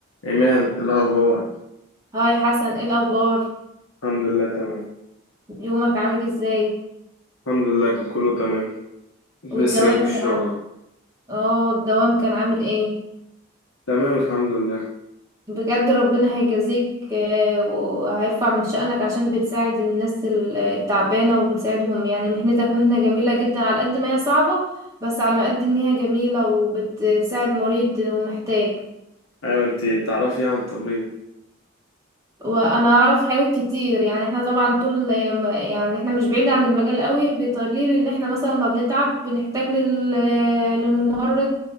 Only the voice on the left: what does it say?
إيمان إيه الأخبار
الحمد لله تمام
الحمد لله كان كله تمام لسه
جاي من الشغل
أهو.
تمام الحمد لله
أيوة أنت تعرفي عن التمريض